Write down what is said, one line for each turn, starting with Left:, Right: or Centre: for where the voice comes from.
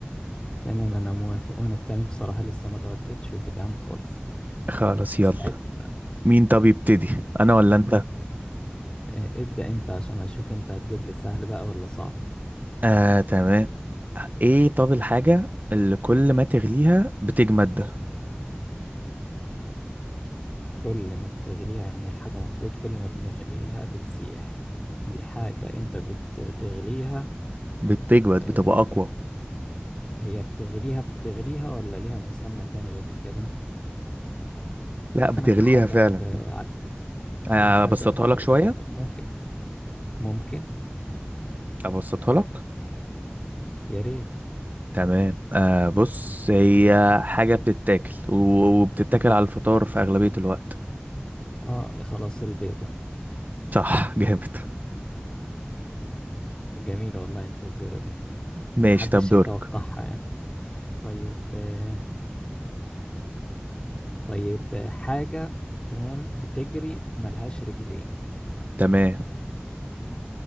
Left: تمام انا موافق وانا التاني بصراحة لسه ما اتغديتش وجعان خالص
Right: خلاص
Left: استعد
Right: يلا
Left: بقى
Right: مين طب يبتدي انا ولا انت
Left: آه، ابدأ انت عشان اشوف انت هتجيب لي سهل بقى ولا صعب
Right: اه تمام ايه طب الحاجه اللي كل ما تغليها بتجمد
Left: كل ما بتغليها يعني الحاجة مفروض كل ما بنغليها بتسيح دي حاجة انت بتغليها
Right: بتجمد
Left: آه،
Right: بتبقى اقوى
Left: هي بتغليها بتغليها ولا ليها مسمى تاني غير كده
Right: لا
Left: بص
Right: بتغليها
Left: انا في حاجة
Right: فعلا
Left: في ع-
Right: آه،
Left: في حاجة
Right: ابسطها
Left: في
Right: لك شويه
Left: دماغي ممكن ممكن
Right: ابسطها لك
Left: يا ريت
Right: تمام آه بص هي حاجة بتتاكل و- وبتتاكل على الفطار في أغلبية الوقت
Left: اه خلاص البيضة
Right: صح <laughs> جامد
Left: جميلة والله الفزورة دي
Right: ماشي
Left: محدش
Right: طب دورك
Left: يتوقعها يعني طيب آه، طيب آه، حاجة تمام بتجري وملهاش رجلين
Right: تمام